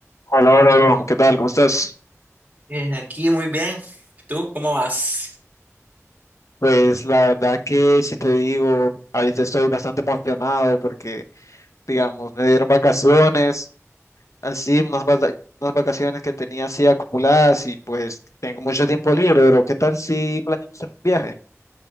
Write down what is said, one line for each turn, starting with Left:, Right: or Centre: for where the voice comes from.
Left: Hola, hola, bro. ¿Qué tal? ¿Cómo estás?
Right: Eh, aquí muy bien. ¿Tú cómo vas?
Left: Pues la verdad que si te digo, ahorita estoy bastante emocionado porque, digamos, me dieron vacaciones, así, unas, vaca- unas vacaciones que tenía así acumuladas y pues tengo mucho tiempo libre, bro. ¿Qué tal si planeamos hacer un viaje?